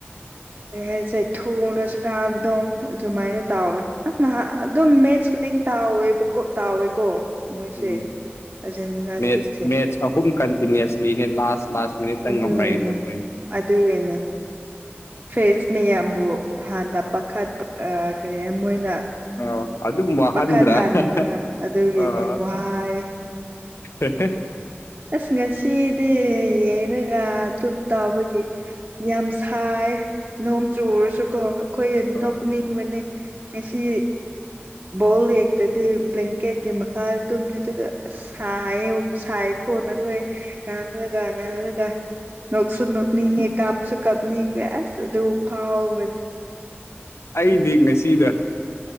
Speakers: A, on the right (about 35°); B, on the left (about 80°).
A: ꯀꯩ ꯍꯥꯏꯁꯦ ꯊꯨꯅ ꯁꯟꯅꯥꯕꯗꯣ ꯑꯗꯨꯃꯥꯏꯅ ꯇꯧꯋꯦ ꯑꯁ ꯅꯍꯥꯟ ꯑꯗꯨꯝ ꯃꯦꯠꯁ ꯈꯨꯗꯤꯡ ꯇꯥꯎꯋꯦꯕꯀꯣ ꯇꯥꯎꯋꯦꯀꯣ ꯃꯣꯏꯁꯦ
B: ꯎꯝ
A: ꯑꯥꯔꯖꯦꯟꯇꯤꯅꯥꯁꯤꯡꯁꯦ
B: ꯃꯦꯠꯁ ꯃꯦꯁꯠ ꯑꯍꯨꯝ ꯀꯟꯇꯤꯅꯨꯁꯂꯤ ꯂꯥꯁ ꯂꯥꯁ ꯃꯤꯅꯤꯠꯇ
A: ꯑꯗꯨꯒꯤꯅꯦ
B: ꯉꯝꯃꯛꯏꯗꯣ ꯃꯣꯏ
A: ꯑꯗꯨꯒꯤꯅꯦ ꯐꯦꯟꯁ ꯃꯌꯥꯝꯕꯨ ꯍꯥꯟꯅ ꯄꯥꯈꯠ ꯑꯥ ꯀꯔꯤ ꯃꯣꯏꯅ
B: ꯑꯣ ꯑꯗꯨꯝ ꯋꯥꯍꯟꯗ꯭ꯔꯥ
A: ꯄꯥꯈꯠ ꯍꯥꯟꯅ
B: ꯍꯥ ꯍꯥ
A: ꯑꯗꯨꯒꯤꯅꯤ
B: ꯑꯣ
A: ꯋꯥꯏ
B: ꯍꯦ ꯍꯦ
A: ꯑꯁ ꯉꯁꯤꯗꯤ ꯌꯦꯡꯔꯒ ꯑꯗꯨꯨꯝ ꯇꯥꯎꯕꯒꯤ ꯌꯥꯝ ꯁꯥꯏ ꯅꯣꯡ ꯆꯨꯨꯔꯁꯨꯀꯣ ꯑꯩꯈꯣꯏ
B: ꯑ
A: ꯅꯣꯛꯅꯤꯡꯕꯅꯤ ꯉꯁꯤ ꯕꯣꯜ ꯌꯦꯡꯗꯗꯤ ꯕ꯭ꯂꯀꯦꯠꯒꯤ ꯃꯈꯥꯗ ꯇꯨꯝ ꯅꯤ ꯑꯗꯨꯒꯥ ꯁꯥꯏ ꯁꯥꯏ ꯌꯦꯀꯣꯅ ꯑꯩꯈꯣꯏ ꯉꯥꯡꯔꯒ ꯉꯥꯡꯔꯒ ꯅꯣꯛꯁꯨ ꯅꯣꯛꯅꯤꯡꯉꯦ ꯀꯥꯞꯁꯨ ꯀꯥꯞꯅꯤꯡꯈ꯭ꯔꯦ ꯑꯁ ꯑꯗꯨ ꯐꯥꯎꯕꯅꯦ
B: ꯑꯩꯗꯤ ꯉꯁꯤꯗꯣ